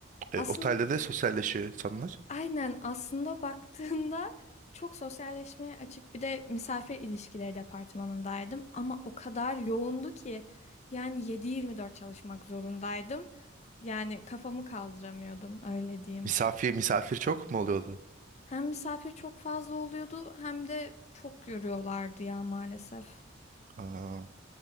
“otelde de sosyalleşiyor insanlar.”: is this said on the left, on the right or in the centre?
Right